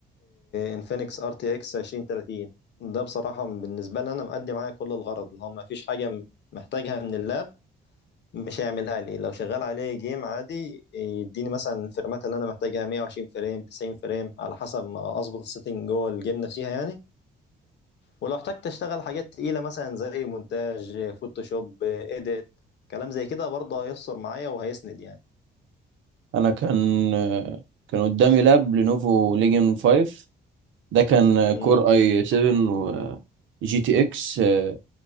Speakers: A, on the left; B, on the right.
A: انفينكس ار تي اكس 2030 ده بصراحة بالنسبة لي أنا مأدي معايا كل الغرض اللي هو مفيش حاجة م- محتاجها من اللاب مش هيعملها لي لو شغال عليه جيم عادي يديني مثلا الفريمات اللي أنا محتاجها 120 فريم 90 فريم على حسب ما أظبط السيتنج جوه الجيم نفسها يعني ولو احتجت أشتغل حاجات تقيلة مثلا زي مونتاج فوتوشوب إيديت كلام زي كده برضه هيسر معايا وهيسند يعني
B: انا كان كان قدامي لاب لينوفو ليجن 5 ده كان كور
A: امم
B: اي 7 و جي تي اكس اللي